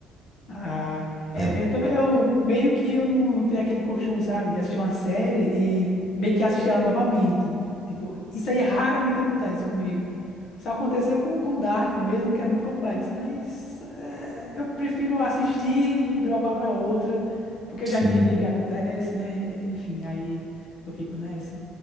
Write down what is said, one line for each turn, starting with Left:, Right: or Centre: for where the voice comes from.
Left: Ah, é,
Right: não. É.
Left: eu também, eu meio que eu não, não tenho aquele costume, sabe, de assistir uma série e meio que assistir ela novamente. Tipo, isso aí raramente acontece comigo. Só aconteceu com, com Dark mesmo, que era muito complexo, mas é, eu prefiro assistir e dropar pra outra, porque eu
Right: Sim,
Left: já entendi o que acontece, né? Enfim, aí eu fico nessa.